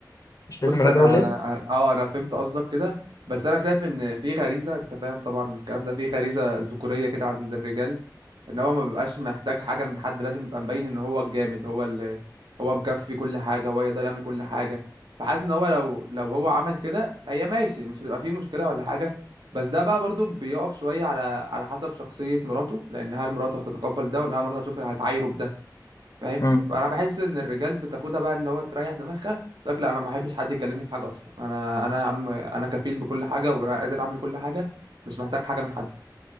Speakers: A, on the left (about 50°); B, on the right (about 85°).
A: مش لازم
B: بص
A: الراجل
B: انا
A: هو اللي يصرف
B: اه انا فهمت قصدك كده بس انا شايف ان في غريزه انت فاهم طبعا الكلام ده في غريزه ذكوريه كده عند الرجال ان هو ما بيبقاش محتاج حاجه من حد لازم يبقى مبين ان هو الجامد هو اللي هو مكفي كل حاجه هو يقدر يعمل كل حاجه فحاسس ان هو لو لو هو عمل كده هي ماشي مش هتبقى فيه مشكله ولا حاجه بس ده بقى برضو بيقف شويه على على حسب شخصيه مراته لان هل مراته هتتقبل ده ولا هل مراته هتشوف هتعايره بده فاهم
A: امم
B: فانا بحس ان الرجال بتاخدها بقى اللي هو تريح دماغها يقول لك لا انا ما احبش حد يكلمني في حاجه اصلا انا انا يا عم انا كفيل بكل حاجه وقادر اعمل كل حاجه مش محتاج حاجه من حد